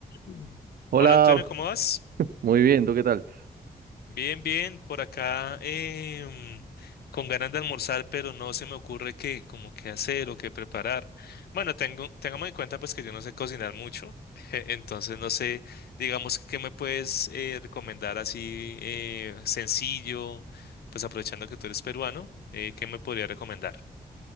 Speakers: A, on the left; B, on the right.
A: Mm.
B: Hola,
A: Hola Antonio, ¿cómo vas?
B: muy bien, ¿tú qué tal?
A: Bien, bien, por acá em, con ganas de almorzar, pero no se me ocurre qué, como qué hacer o qué preparar. Bueno, tengo, tengamos en cuenta pues que yo no sé cocinar mucho, <laughs> entonces no sé, digamos, ¿qué me puedes eh, recomendar así eh, sencillo? Pues aprovechando que tú eres peruano, eh, ¿qué me podría recomendar?